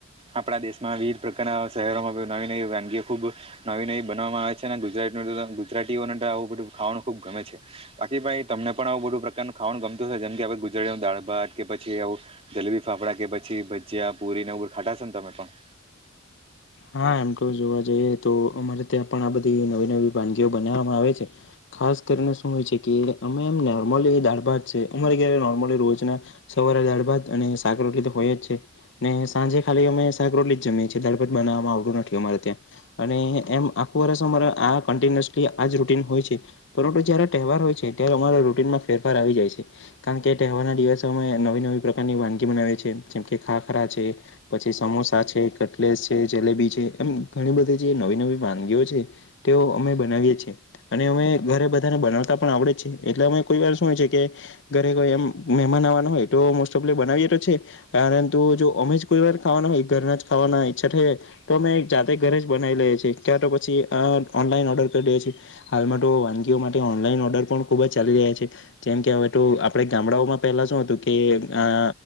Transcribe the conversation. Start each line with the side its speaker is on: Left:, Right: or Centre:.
Right: આપણા દેશમાં વિવિધ પ્રકારના શહેરોમાં નવી નવી વાનગી ખૂબ નવી નવી બનવામાં આવે છે ને ગુજરાત <unintelligible> ગુજરાતીઓને તો આવું બધું ખાવાનું ખુબ ગમે છે બાકી ભાઈ તમને પણ આવું બધું પ્રકારનું ખાવાનું ગમતું હશે જેમ કે આપડ ગુજરાતી દાળ ભાત કે પછી આવું જલેબી ફાફડા કે પછી ભજીયા પુરીને એવું બધું ખાતા હસો ને તમે પણ?
Left: હા એમ તો જોવા જઈએ તો અમારે ત્યાં પણ આ બધી નવી નવી વાનગીઓ બનાવવામાં આવે છે. ખાસ કરીને શું હોય છે કે અમે એમ નોર્મલી દાળ ભાત છે અમારે ઘેરે નોર્મલી રોજના સવારે દાળ ભાત અને શાક-રોટલી તો હોય જ છે ને સાંજે ખાલી અમે શાક-રોટલી જ જમીએ છીએ દાળ-ભાત બનાવવામાં આવતું નથી અમારે ત્યાં અને એમ આખું વર્ષ અમારે આ કન્ટિન્યુઅસલી આજ રૂટીન હોય છે. પરંતુ જ્યારે તહેવાર હોય છે ત્યારે અમારા રૂટીનમાં ફેરફાર આવી જાય છે. કારણ કે તહેવારના દિવસે અમે નવી નવી પ્રકારની વાનગી બનાવીએ છે જેમ કે ખાખરા છે, પછી સમોસા છે, કટલેસ છે, જલેબી છે એમ ઘણી બધી જે નવી નવી વાનગીઓ છે તેઓ અમે બનાવીએ છીએ. અને અમે ઘરે બધાને બનાવતા પણ આવડે જ છે એટલે અમે કોઈ વાર શું હોય છે કે ઘરે કોઈ એમ મહેમાન આવવાનો હોય તો મોસ્ટ ઓફ લી બનાવીએ તો છે. પરંતુ જો અમે જ કોઈ વાર ખાવાના હોય ઘરના જ ખાવાના હોય ઈચ્છા થઈ ગય તો મેં જાતે ઘરે જ બનાવી લઈએ છીએ ક્યાં તો પછી ઓનલાઈન ઓર્ડર કરી દઈએ છીએ. હાલમાં તો વાનગીઓ માટે ઓનલાઈન ઓર્ડર પણ ખુબ જ ચાલી રહ્યા છે. જેમ કે હવે તો આપડે ગામડાઓમાં પહેલા શું હતું કે આ